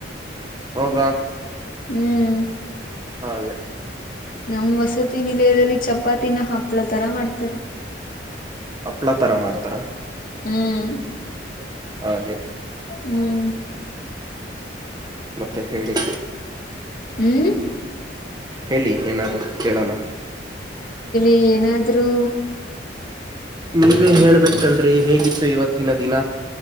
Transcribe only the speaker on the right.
ಹೌದಾ
ಹೌದ.
ಹಪ್ಳಾ ತರ ಮಾಡ್ತಾರಾ
<inaudible> ಹಾಗೆ
ಮತ್ತೆ ಹೇಳಿ.
ಹೇಳಿ
ಏನಾದ್ರು ಕೇಳೋಣ
ನೀವೆ ಹೇಳ್ಬೆಕಣ್ರೀ ಹೇಗಿತ್ತು ಇವತ್ತಿನ ದಿನ.